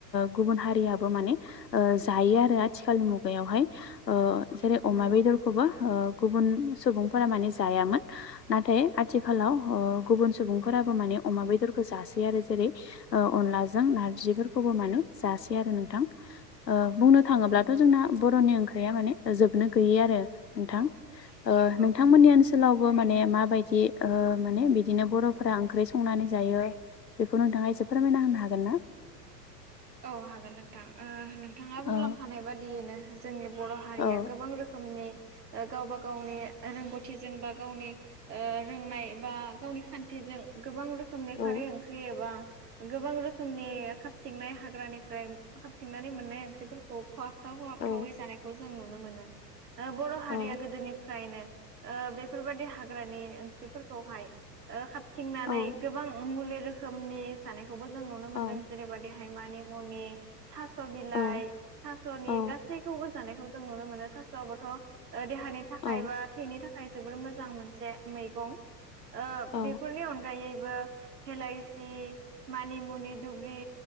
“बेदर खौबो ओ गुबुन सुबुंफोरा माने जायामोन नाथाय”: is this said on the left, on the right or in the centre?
Left